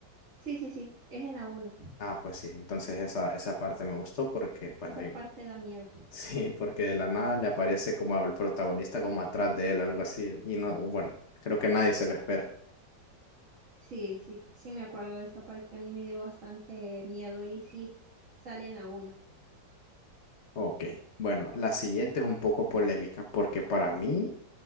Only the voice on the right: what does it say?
sí, sí, sí, es en la uno
Esa
parte da miedo.
Sí, sí, sí me acuerdo de esta parte. A mí me dio bastante miedo y sí, sale en la 1.